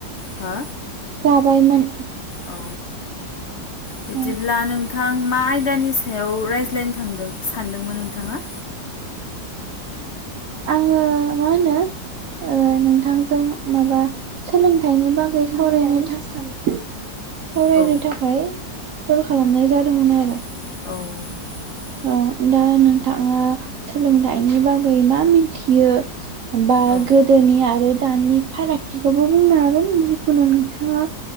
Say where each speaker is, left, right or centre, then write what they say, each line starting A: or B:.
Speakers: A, on the left; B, on the right.
A: हो
B: जाबायमोन
A: औ बिदिब्ला
B: ओ,
A: नों थां मा आयदानि सायाव रायज्लायनो थांदों सानदोंमोन नोंथाङा?
B: आङो मा होनो ओ नोंथांजों माबा सोलोंथाइनि बागै सावरायनो था सावरायनो
A: औ
B: थाखाय कल खालामनाय जादोंमोन आरो।
A: औ
B: औ दा नोंथाङा सोलोंथाइनि बागै मा मिथियो बा
A: औ
B: गोदोनि आरो दानि फारागथिखौबो बुंनो हागोन जिखुनु नोंथाङा